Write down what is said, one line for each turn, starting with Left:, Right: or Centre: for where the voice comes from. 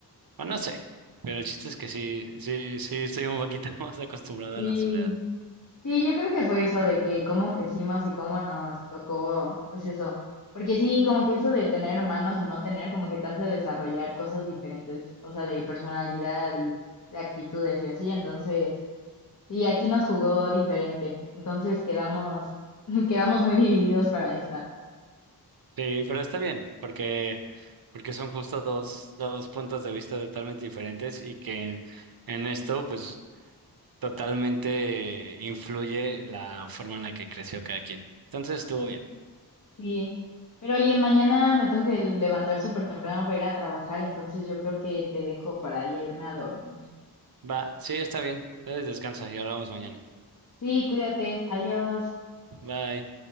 Right: o no sé, pero el chiste es que sí, sí, sí estoy un poquito <laughs> más acostumbrado
Left: Sí,
Right: a la soledad.
Left: Sí, yo creo que fue eso de que cómo crecimos y cómo nos tocó, pues eso. Porque sí, como que eso de tener hermanos o no tener, como que te hace desarrollar cosas diferentes, o sea, de personalidad y de actitudes y así. Entonces, sí, aquí nos jugó diferente. Entonces quedamos, <laughs> quedamos muy divididos para esta.
Right: Sí, pero está bien, porque, porque son justo dos, dos puntos de vista totalmente diferentes y que en, en esto, pues, totalmente influye la forma en la que creció cada quien. Entonces estuvo bien.
Left: Sí. Pero oye, mañana me tengo que levantar súper temprano para ir a trabajar, entonces yo creo que te dejo para ya irme a dormir.
Right: Va, sí, está bien. Entonces descansa y hablamos mañana.
Left: Sí, cuídate. Adiós.
Right: Bye.